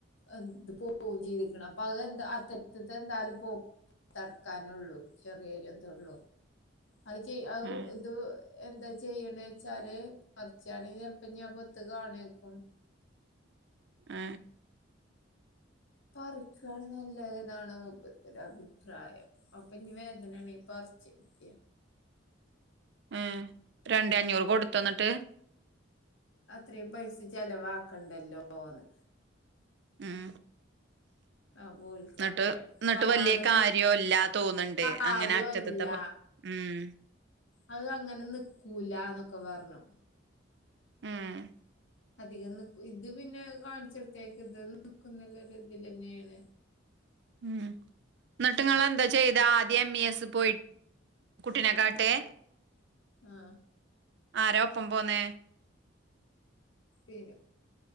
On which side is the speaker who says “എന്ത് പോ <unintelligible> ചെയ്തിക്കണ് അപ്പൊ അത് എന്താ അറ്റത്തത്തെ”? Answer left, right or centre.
Left